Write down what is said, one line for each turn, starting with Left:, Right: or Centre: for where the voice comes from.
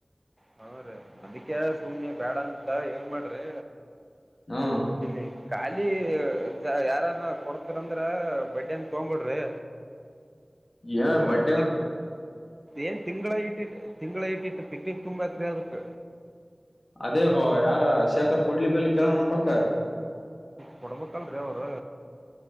Right: ಹನ್್ರೀ ಅದಕ್ಕೆ ಸುಮ್ಮನೆ ಬೇಡ ಅಂತ ಏವ ಮಾಡ್ರಿ
Left: ಹಾ
Right: ಇಲ್ಲಿ ಖಾಲಿ ಯಾರಾನ ಕೊಡ್ತರಂದ್ರ ಬಡ್ಡ್ಯಾಂಗ ತೊಗ್ಬಿಡ್ರಿ
Left: ಏನ
Right: ಹೋೊಂಡ
Left: ಬಡ್ಡೆ
Right: ತಿ ಏನ್ ತಿಂಗಳಾಗಿಟ್ಟ ತಿಂ ಇಟ್ಟಿಟ್ಟ ಪಿಕಕ್ನಿಕ್ ತುಂಬಾತ್ರಯಾದಕ್
Left: ಅದೇಗ ಯಾರ ಶೇಖರ್ ಕೊಡ್ಲಿ ಬೆಲ್ಲಿಿ ಕೇಳ ಮುಂಟಕ್ಕ
Right: ಕೊಡ್ಬೇಕಂದ್ರೀ ಅವರು